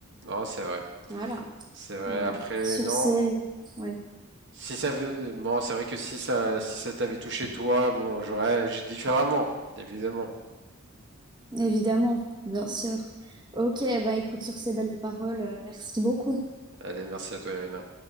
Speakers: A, on the right (about 55°); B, on the right (about 20°).
A: non, c'est vrai,
B: Voilà.
A: c'est vrai.
B: Voilà.
A: Après,
B: Sur
A: non.
B: ces... Ouais,
A: Si ça veut, bon, c'est vrai que si ça, si ça t'avait touché toi, bon, j'aurais agi différemment, évidemment.
B: évidemment, bien sûr. Ok, bah écoute, sur ces belles paroles, euh, merci beaucoup.
A: Allez, merci à toi, Irina.